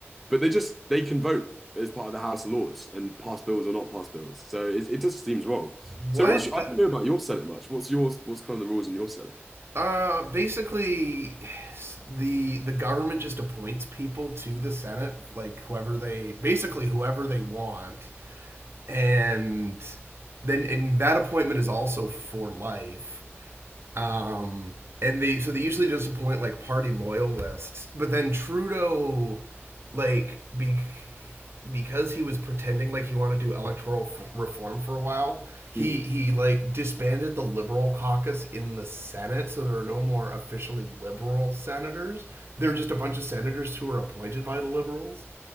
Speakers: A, in the centre; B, on the right.
A: but they just they can vote as part of the House of Lords and pass bills or not pass bills. So it, it just seems wrong.
B: What?
A: So what's your,
B: That,
A: I don't know about your Senate much. What's yours? What's kind of the rules in your Senate?
B: uh, basically, the the government just appoints people to the Senate, like whoever they basically whoever they want, and then and that appointment is also for life. Um, and they so they usually just appoint like party loyalists, but then Trudeau, like be, because he was pretending like he wanted to do electoral f- reform for a while, he
A: Hmm.
B: he like disbanded the liberal caucus in the Senate, so there are no more officially liberal senators. they are just a bunch of senators who are appointed by the liberals